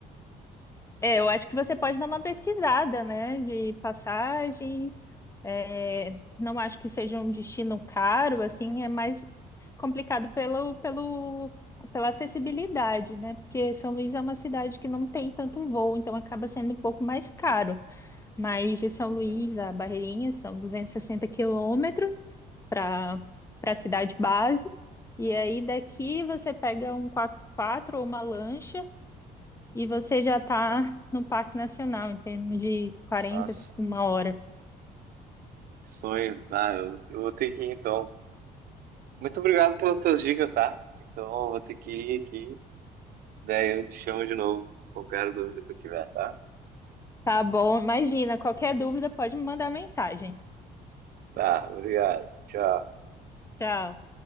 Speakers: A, on the left; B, on the right.
A: É, eu acho que você pode dar uma pesquisada, né, de passagens. É, não acho que seja um destino caro, assim, é mais complicado pelo, pelo, pela acessibilidade, né? Porque São Luís é uma cidade que não tem tanto voo, então acaba sendo um pouco mais caro. Mas de São
B: Uhum.
A: Luís a Barreirinhas são 260 quilômetros para para a cidade base. E aí daqui você pega um 4x4 ou uma lancha e você já está
B: Ah,
A: no Parque Nacional, em termos de 40,
B: Nossa,
A: uma hora.
B: que sonho. Ah, eu, eu vou ter que ir então. Muito obrigado pelas tuas dicas, tá? Então, eu vou ter que ir aqui. Daí eu te chamo de novo, qualquer dúvida que eu tiver, tá?
A: Tá bom, imagina. Qualquer dúvida pode me mandar mensagem.
B: Tá, obrigado. Tchau.
A: Tchau.